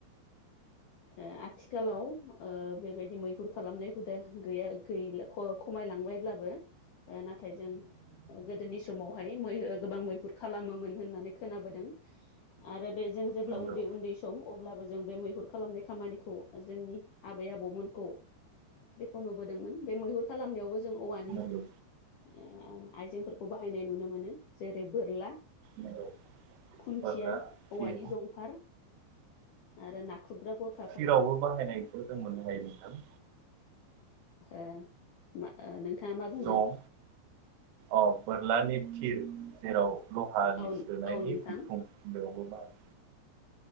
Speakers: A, on the left; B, on the right.
A: ओ आथिखालाव ओ बेबायदि मै हुर खालामनाय हुदा गैया गैला ख-खमायलांबायब्लाबो ओ नाथाय जों गोदोनि समावहाय मै गोबां मैहुर खालामोमोन होननानै खोनाबोदों आरो बे जों जेब्ला
B: नांगौ
A: उन्दै उन्दै सम अब्लाबो जों बे मैहुर खालामनायख खामानिखौ जोंनि आबै आबौमोनखौ खौ नुबोदोंमोन बे मैहुर खालामनायावबो जों औवानि
B: नांगौ
A: ओ आइजेंफोरखौ बाहायनाय नुनो मोनो जेरै बोरला।
B: नांगौ
A: खुन्थिया
B: बोरला थिर
A: औवानि जंफार। आरो नाख्रुबग्रा गरख
B: सिरावबो बाहायनायखौ जों मोननो हायो नोंथां।
A: ओ मा ओ नोंथाङा मा बुंदों
B: दं औ बोरलानि थिर। जेराव लहानि
A: औ
B: सोनायनि
A: औ नोंथां
B: बिखुं बेयावबो बाहायो।